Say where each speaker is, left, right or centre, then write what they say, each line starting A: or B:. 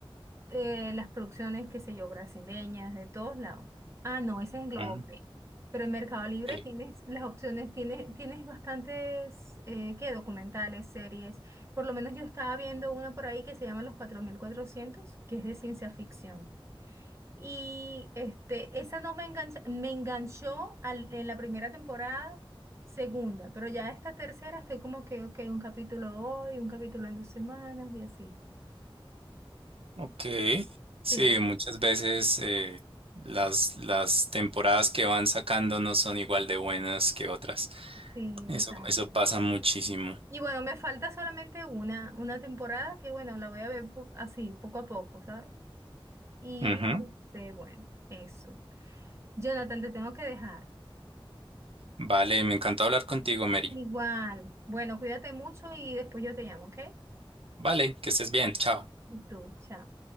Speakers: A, on the right; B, on the right.
A: eh, las producciones, qué sé yo, brasileñas, de todos lados. Ah, no, ese es en Globoplay.
B: Ah,
A: Pero en Mercado Libre
B: ok.
A: tienes las opciones, tienes, tienes bastantes, eh, ¿qué? Documentales, series. Por lo menos yo estaba viendo una por ahí que se llama Los cuatro mil cuatrocientos, que es de ciencia ficción. Y este, esa no me engancha, me enganchó al- en la primera temporada, segunda, pero ya esta tercera estoy como que, ok, un capítulo hoy, un capítulo en dos semanas y así.
B: Ok, sí,
A: Sí,
B: muchas veces eh, las, las temporadas que van sacando no son igual de buenas que otras.
A: sí,
B: Eso,
A: exacto.
B: eso pasa muchísimo.
A: Y bueno, me falta solamente una, una temporada que bueno, la voy a ver po- así, poco a poco, ¿sabes? Y
B: Ujú.
A: este, bueno, eso. Jonathan, te tengo que dejar.
B: Vale, me encantó hablar contigo, Mary.
A: Igual. Bueno, cuídate mucho y después yo te llamo, ¿ok?
B: Vale, que estés bien, chao.
A: Y tú, chao.